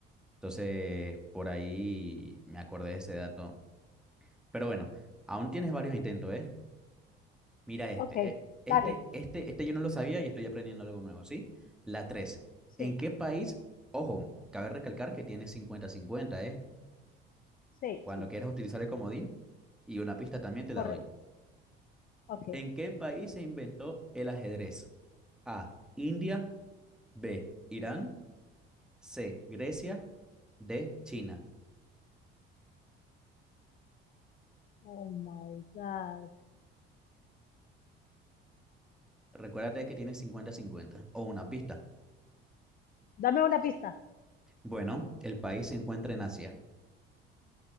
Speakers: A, in the centre; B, on the left (about 30°).
A: entonces por ahí me acordé de ese dato, pero bueno, aún tienes varios intentos, ¿eh? Mira este,
B: Ok,
A: eh, este,
B: dale.
A: este, este yo no lo sabía y estoy aprendiendo algo nuevo, ¿sí? La tres
B: Sí,
A: ¿en qué país? Ojo, cabe recalcar que tienes cincuenta cincuenta ¿eh?
B: sí,
A: Cuando
B: sí.
A: quieras utilizar el comodín y una pista también te
B: Correcto.
A: la doy.
B: Ok.
A: ¿En qué país se inventó el ajedrez? A, India. B, Irán. C, Grecia. D, China.
B: Oh my God.
A: Recuérdate que tiene cincuenta-cincuenta o una pista.
B: Dame una pista.
A: Bueno, el país se encuentra en Asia.